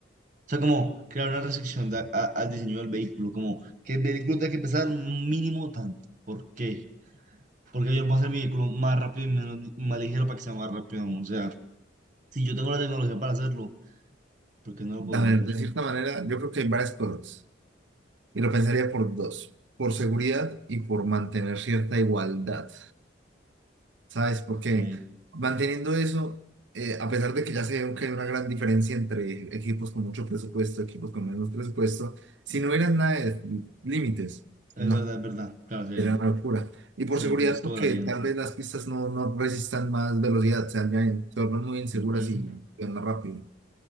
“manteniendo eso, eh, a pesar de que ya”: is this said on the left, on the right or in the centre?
Right